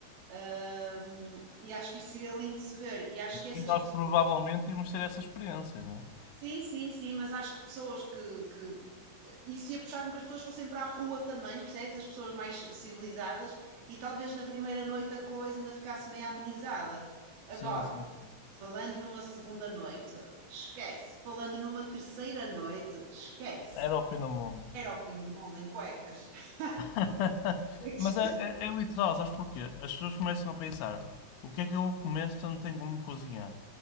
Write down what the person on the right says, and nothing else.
Ah, e acho que isso seria lindo de se ver, e acho que essas
pessoas
Sim, sim, sim, mas acho que pessoas que, que... eh, Isso ia puxar com que as pessoas fossem para a rua também, percebes? As pessoas mais civilizadas e talvez na primeira noite a coisa ainda ficasse meio amenizada. Agora,
falando numa segunda noite, esquece. Falando numa terceira noite, esquece.
Era o fim do mundo em cuecas. <laughs>
Fico